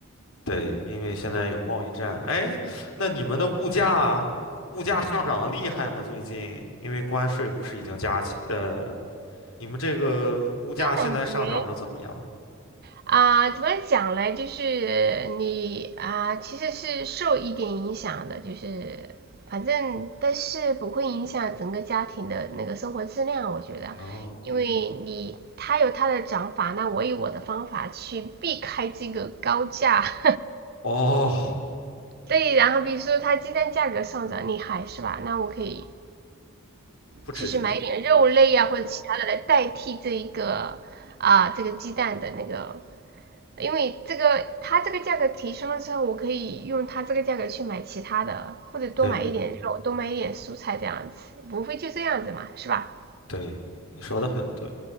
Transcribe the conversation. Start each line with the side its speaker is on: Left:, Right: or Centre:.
Left: 对，因为现在有贸易战。哎，那你们的物价，物价上涨的厉害吗？最近，因为关税不是已经加起，呃，你们这个物价现在上涨的怎么样？
Right: 都感觉啊、呃怎么讲嘞？就是你啊、呃其实是受一点影响的，就是反正但是不会影响整个家庭的那个生活质量，我觉得，
Left: 哦
Right: 因为你他有他的讲法，那我有我的方法去避开这个高价。<laughs>
Left: 哦，
Right: 对，然后比如说他鸡蛋价格上涨厉害是吧？那我可以
Left: 不吃鸡蛋。
Right: 就是买一点肉类啊或者其他的来代替这一个啊、呃这个鸡蛋的那个因为这个它这个价格提升了之后，我可以用它这个价格去买其他的，或者多买一点肉，
Left: 对
Right: 多买一点蔬菜这样子，不会就这样子嘛，是吧？
Left: 对，你说的很对。